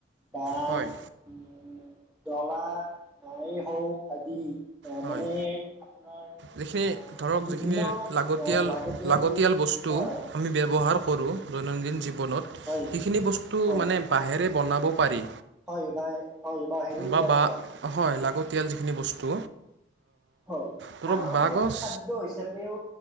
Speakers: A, in the centre; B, on the right.
A: বা
B: হয়
A: উম ডলা এই হক আদি এ
B: হয়
A: মানে আপোনাৰ
B: যিখিনি
A: আ
B: ধৰক
A: বিভিন্ন
B: যিখিনি লাগতিয়াল
A: লাগতিয়াল
B: বস্তু
A: আ
B: আমি ব্যৱহাৰ কৰোঁ দৈনন্দিন জীৱনত
A: হয়
B: সেইখিনি বস্তু
A: হয়
B: মানে বাঁহেৰে বনাব পাৰি
A: হয় বাহে হয় বাহেৰে
B: বা
A: তৈয়াৰ
B: বা
A: কৰা
B: হয় লাগতিয়াল যিখিনি বস্তু
A: হয়
B: ধৰক
A: আৰু আমি
B: বাঁহগছ
A: ইয়াক খাদ্য হিচাপেও